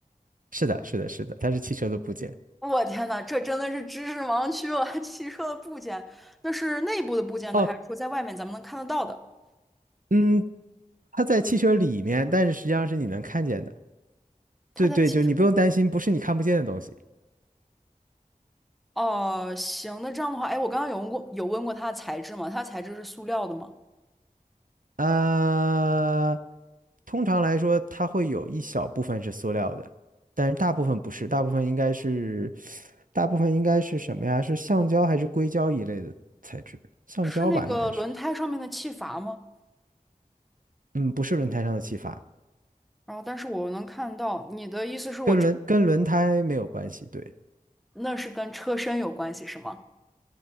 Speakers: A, on the right; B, in the centre.
A: 是的，是的，是的，它是汽车的部件。
B: 我天呐，这真的是知识盲区了。<laughs> 汽车的部件，那是内部的部件呢，
A: 哦，
B: 还是说在外面咱们能看得到的？
A: 嗯，它在汽车里面，但是实际上是你能看见的。
B: 它在汽车里。
A: 对对，就你不用担心，不是你看不见的东西。
B: 哦，行，那这样的话，哎，我刚刚有问过，有问过它的材质吗？它的材质是塑料的吗？
A: 呃，通常来说，它会有一小部分是塑料的，但是大部分不是，大部分应该是，大部分应该是什么呀？是橡胶还是硅胶一类的材质？橡胶吧，
B: 是那个轮胎上面的气阀吗？
A: 应该是。嗯，不是轮胎上的气阀，
B: 然后，但是我能看到你的意思是我这
A: 跟轮跟轮胎没有关系。对，
B: 那是跟车身有关系是吗？